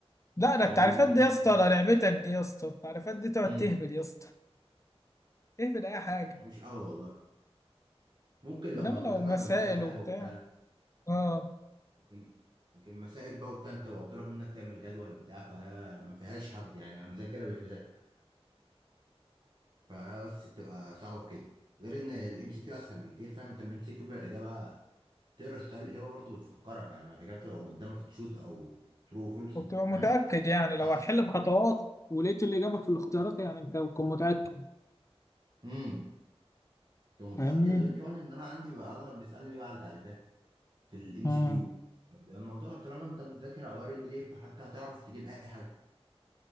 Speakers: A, on the left (about 30°); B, on the right (about 45°).
A: لا
B: يعني
A: ده التعريفات
B: هو بيسالك
A: دي يا
B: في
A: اسطى
B: حاجه
A: ده لعبتك دي يا اسطى التعريفات دي تقعد
B: امم
A: تهبط يا اسطى اهبط اي حاجه
B: مش قوي والله ممكن لما
A: انما
B: قارنا
A: لو مسائل
B: كان حاجه وحاجه
A: وبتاع
B: وبتاع
A: اه
B: لكن لكن مسائل بقى وبتاع انت بقى مطالب منك تعمل جدول بتاع فهي ما فيهاش هبد يعني انا مذاكرها مش مذاكر فبس بتبقى صعبة في كده غير ان الام سي كيو اسهل بكتير فاهم انت الام سي كيو الاجابة تقرا السؤال الاجابة برضه بتفكرك يعني ما الاجابة بتبقى قدامك تشوز او ترو فولس
A: وبتبقى
B: انت
A: متأكد
B: فاهم
A: يعني
B: الموضوع
A: لو هتحل
B: اسهل
A: بخطوات ولقيت الإجابة في الاختيارات يعني أنت بتكون متأكد
B: امم انت متأكد
A: فاهمني؟
B: غير كمان ان انا عندي بقى اغلب بيسألني بقى على تعريفات في الام
A: آه
B: سي كيو الموضوع طالما انت مذاكر او قاري البي دي اف فحتى هتعرف تجيب اي حاجة